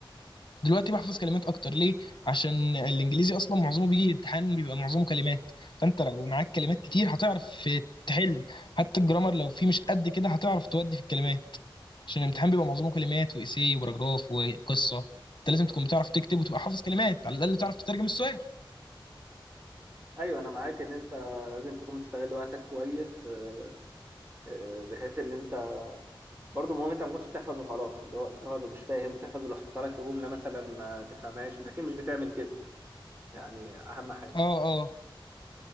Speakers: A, on the left (about 60°); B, on the right (about 25°).
A: دلوقتي بحفظ كلمات اكتر ليه عشان الانجليزي اصلا معظمه بيجي امتحان بيبقى معظمه كلمات فانت لو معاك كلمات كتير هتعرف آه، تحل حتى الجرامر لو فيه مش قد كده هتعرف تودي في الكلمات عشان الامتحان بيبقى معظمه كلمات وإيساي وبراجراف وقصة انت لازم تكون بتعرف تكتب وتبقى حافظ كلمات على الأقل تعرف تترجم السؤال
B: ايوه انا معاك ان انت لازم تكون بتستغل وقتك كويس آه، آه، بحيث ان انت برضه المهم انت ما كنتش بتحفظ وخلاص اللي هو بتحفظ ومش فاهم بتحفظ ولو حصل لك في جمله مثلا ما تفهمهاش انت اكيد مش بتعمل كده يعني اهم حاجه
A: اه اه